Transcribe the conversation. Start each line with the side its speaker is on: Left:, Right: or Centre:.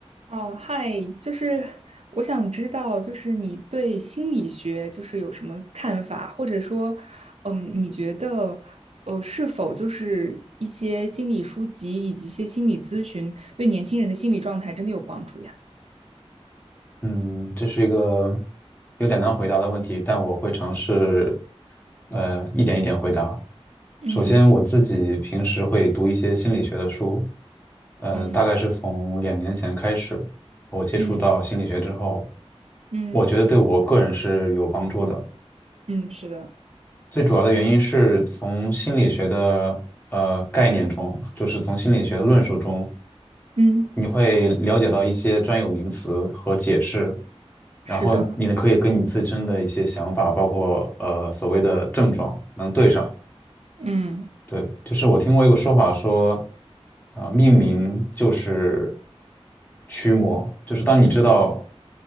Right: 哦，嗨，就是我想知道，就是你对心理学就是有什么看法，或者说，嗯，你觉得，呃，是否就是一些心理书籍以及一些心理咨询对年轻人的心理状态真的有帮助呀？
Left: 嗯，这是一个有点难回答的问题，但我会尝试，呃，一点一点回答。
Right: 嗯
Left: 首先，我自己平时会读一些心理学的书，呃，
Right: 嗯
Left: 大概是从两年前开始，我接触到心理学之后，
Right: 嗯嗯
Left: 我觉得对我个人是有帮助的。
Right: 嗯，是的，
Left: 最主要的原因是从心理学的呃概念中，就是从心理学的论述中，
Right: 嗯，
Left: 你会了解到一些专有名词和解释，然后你呢可以跟你自身的一些想法，
Right: 是的，
Left: 包括呃所谓的症状能对上。
Right: 嗯，
Left: 对，就是我听过一个说法说，啊、命名就是驱魔，就是当你知道